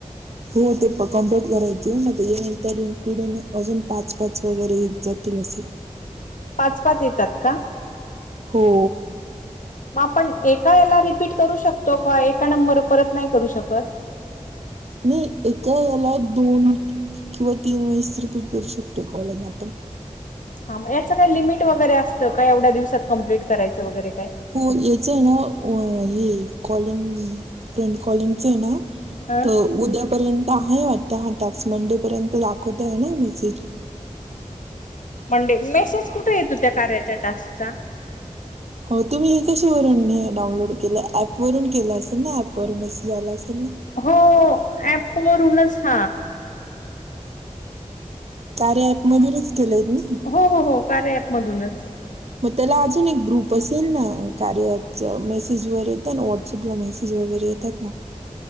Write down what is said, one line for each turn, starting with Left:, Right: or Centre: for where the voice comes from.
Right: हो ते प कम्प्लीट करायचे. मग त्याच्यानंतर ते पुढे अजून पाच पाच वगैरे येत जातील असे.
Left: पाच पाच येतात का?
Right: हो.
Left: म आपण एका याला रिपीट करू शकतो का? एका नंबर परत नाही करू शकत.
Right: नाही एका याला दोन किंवा तीन वेळेस रिपीट करू शकतो कॉल आपण.
Left: हा याच काय लीमिट वैगरे अस काय एवढ्या दिवसात कम्प्लीट करायच वगैरे काय.
Right: हो याच आहे ना हे कॉलिंग फ्रेंड कॉलिंगच आहे ना
Left: हा
Right: तर उद्यापर्यंत आहे वाटत हा टास्क. मंडे पर्यंत दाखवतो आहे ना मेसेज.
Left: मंडे. मेसेज कुठे येतो त्या कार्याच्या टास्कचा?
Right: हो तुम्ही हे कशावरून हे डाउनलोड केलं ऍप वरुन केल असेल ना. ऍपवरून मेसेज आला असेल ना.
Left: हो ॲप वरुनच हां
Right: कार्या ॲप वरूनच केलंयत ना?
Left: हो हो हो कार्य ॲप मधूनच
Right: मग त्याला अजून एक ग्रुप असेल ना कार्या ॲपच मेसेज वर येतनं व्हॉट <unintelligible> पला मेसेज वगैरे येतात ना